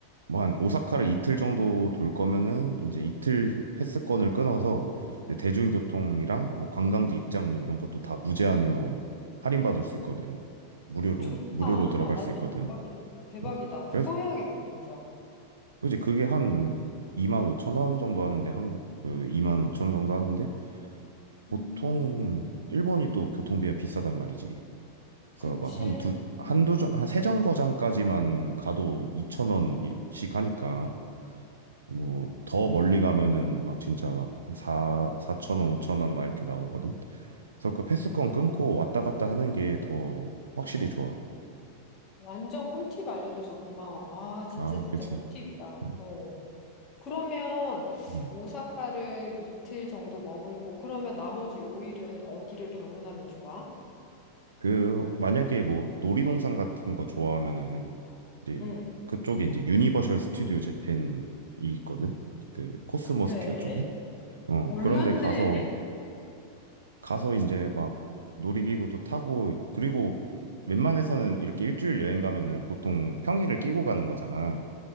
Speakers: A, on the right; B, on the left.
A: 뭐
B: 음,
A: 한 오사카를 이틀 정도 돌 거면은 이제 이틀 패스권을 끊어서 이제 대중교통이랑 뭐 관광지 입장료 이런 것도 다 무제한으로 할인받을 수 있거든. 무료로,
B: 좋다.
A: 무료로
B: 완전
A: 들어갈 수 있거든.
B: 대박이, 대박이다.
A: 음.
B: 그거
A: 그래서
B: 해야겠다, 진짜.
A: 그지 그게 한 2만 5천 원 정도 하는데 한국 그 이만 오천 원 정도 하는데 보통
B: 음,
A: 일본이 또 교통비가 비싸단 말이지. 그래서
B: 그치.
A: 막 한 두, 한두
B: 음.
A: 정, 한 세 정거장까지만 가도 2천 원씩 하니까 뭐 더 멀리 가면은 막 진짜 막 한 사 사천 원, 5천 원 막 이렇게 나오거든. 그래서 그 패스권 끊고 왔다 갔다 하는 게 더 확실히 좋아.
B: 완전 꿀팁 알려줘서 고마워. 아, 진짜,
A: 아,
B: 진짜
A: 그치.
B: 꿀팁이다.
A: 음,
B: 어. 그러면
A: 음.
B: 오사카를 이틀 정도 머물고 그러면 나머지 5일은 어디를 방문하면 좋아?
A: 그 만약에 뭐 놀이동산 같은 거 좋아하면은 이제
B: 응.
A: 그쪽에 이제 유니버셜 스튜디오 재팬이 있거든. 그 코스모스퀘어
B: 그래?
A: 쪽에. 어,
B: 몰랐네.
A: 그런데 가서 가서 이제 막 놀이기구도 타고 그리고 웬만해서는 이렇게 일주일 여행 가면은 보통 평일을 끼고 가는 거잖아.